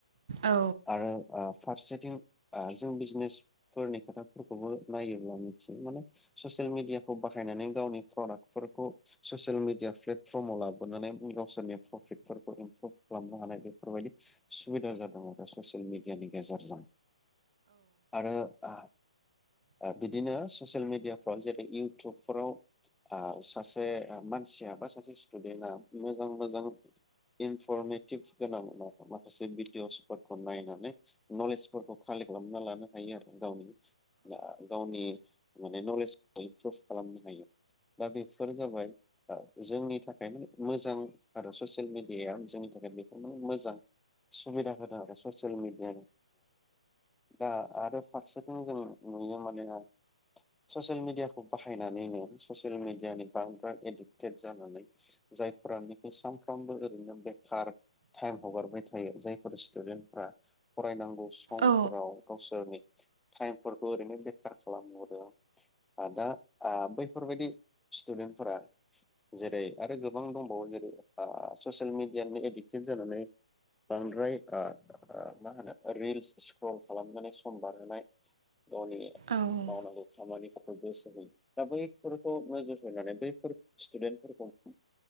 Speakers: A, on the right (about 60°); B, in the centre.
A: औ
B: आरो ओ फारसे थिं जों बिजनेस फोरनि खोथाफोरखौबो नायोब्ला मिथियो माने ससियेल मिडियाखौ बाहायनानै गावनि प्रडाक्टफोरखौ ससियेल मिेडिया प्लेटफर्माव लाबोनानै गावसोरनि प्रफिट फोर इमप्रुभ खालामनो हानाय बेफोरबायदि सुबिदा जादों आरो ससियेल मिडियानि गेजेरजों। आरो आ ओ बिदिनो ससियेल मिडियाफ्राव जेरै इउटुबफोराव सासे मानसिया बा आ सासे स्टुडेन्टआ मोजां मोजां इनफरमेटिभ गोनां माखासे भिडिअ'सफोरखौ नायनानै नलेजफोरखौ कालेक्ट खालामना लानो हायो आरो गावनि ओ गावनि माने नलेजखौ इमप्रुभ खालामनो हायो दा बेफोर जाबाय ओ जोंनि थाखायनो मोजां आरो ससियेल मिडिया। दिया जोंनि थाखाय बेखौ माने मोजां। सुबिदा होदों आरो ससियेल मिडियानि दा आरो फारसेथिं जों नुयो माने ससियेल मिडियाखौ बाहायनानैनो ससियेल मिडियानि बांद्राय एडिक्टेड जानानै जायफोरानोखि सानफ्रोमबो बिनो बेखार टाइम हगारबाय थायो जायफोर स्टुदेन्टफ्रा फरायनांगौ समफोराव
A: औ
B: गावसोरनि टाइमफोरखौ ओरैनो बेखार खालामहरो दा आ बैफोरबायदि स्टुडेन्टफोरा जेरै आरो गोबां दंबावो जेरै आ ससियेल मिडियानि एडिक्टेड जानानै बांद्राय आ मा होनो रिल्स स्क्रल खालामनानै सम बारहोनाय गावनि
A: औ ओ
B: मावनांगौ खामानिखौ <unintelligible> दा बैफोरखौ नोजोर होनानै बैफोर स्टुडेन्टफोरखौ